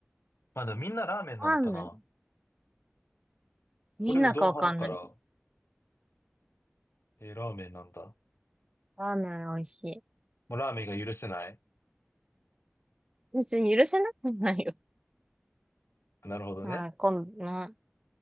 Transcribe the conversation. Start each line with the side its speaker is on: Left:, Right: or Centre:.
Left: まあ、でもみんなラーメンなのかな。
Right: ラーメン。みんなかわかんないけど。
Left: 俺、うどん派だから、えーラーメンなんだ。
Right: ラーメン美味しい。
Left: もうラーメンが許せない。
Right: 別に許せなくないよ。
Left: なるほどね。
Right: はい、今度、うん